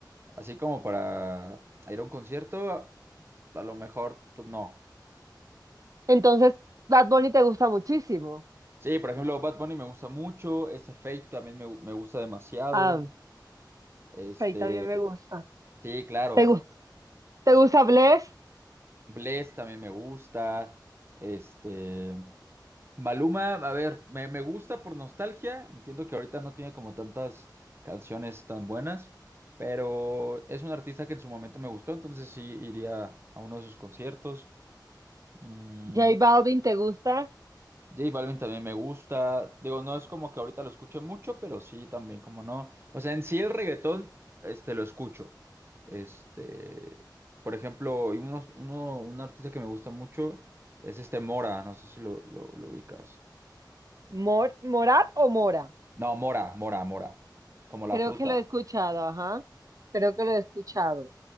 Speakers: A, on the right; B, on the right.
A: así como para ir a un concierto, a lo mejor pues, no.
B: Entonces, Bad Bunny te gusta muchísimo.
A: Sí, por ejemplo, Bad Bunny me gusta mucho, ese Fate también me, gu- me gusta demasiado.
B: Ah,
A: Este,
B: ahí también me gusta.
A: sí, claro.
B: ¿Te, gu- te gusta Bless?
A: Bless también me gusta. Este, Maluma, a ver, me, me gusta por nostalgia. Entiendo que ahorita no tiene como tantas canciones tan buenas, pero es un artista que en su momento me gustó, entonces sí iría a uno de sus conciertos. Mm,
B: J Balvin, ¿te gusta?
A: J Balvin también me gusta. Digo, no es como que ahorita lo escuche mucho, pero sí también, como no. O sea, en sí el reggaetón, este, lo escucho. Este, por ejemplo, y unos, uno, un artista que me gusta mucho es este Mora, no sé si lo, lo, lo ubicas.
B: Mor ¿Morat o Mora?
A: No, Mora, Mora, Mora. Como la
B: Creo
A: fruta.
B: que lo he escuchado, ajá. Creo que lo he escuchado.